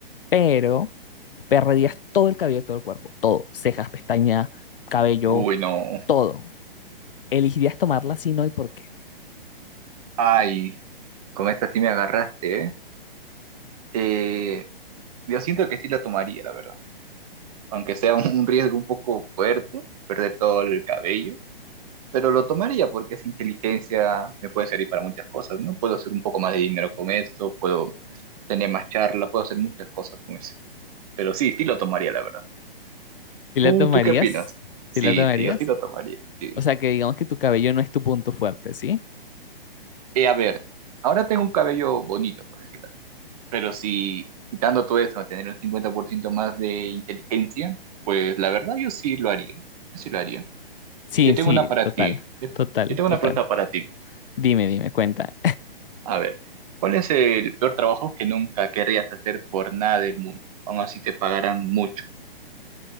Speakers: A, on the left; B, on the right.
A: pero perderías todo el cabello de todo el cuerpo, todo, cejas, pestañas, cabello,
B: Uy, no.
A: todo. ¿Elegirías tomarla si no y por qué?
B: Ay, con esta sí me agarraste, ¿eh? Eh, yo siento que sí la tomaría, la verdad. Aunque sea un un riesgo un poco fuerte, perder todo el cabello, pero lo tomaría porque esa inteligencia me puede servir para muchas cosas, ¿no? Puedo hacer un poco más de dinero con eso, puedo tener más charla, puedo hacer muchas cosas con eso. Pero sí, sí lo tomaría, la verdad.
A: ¿Si
B: ¿Tú,
A: la tomarías?
B: tú qué opinas? Sí,
A: ¿Si la tomarías?
B: sí, yo sí lo tomaría, sí.
A: O sea, que digamos que tu cabello no es tu punto fuerte, ¿sí?
B: Eh, a ver, ahora tengo un cabello bonito, por decirlo Pero si quitando todo eso, tener un 50% más de inteligencia, pues la verdad yo sí lo haría. Yo sí lo haría.
A: Sí,
B: Yo tengo
A: sí,
B: una para
A: total,
B: ti. Yo,
A: total,
B: yo tengo
A: total.
B: una pregunta para ti.
A: Dime, dime, cuenta.
B: A ver, ¿cuál es el peor trabajo que nunca querrías hacer por nada del mundo? Aún así te pagaran mucho.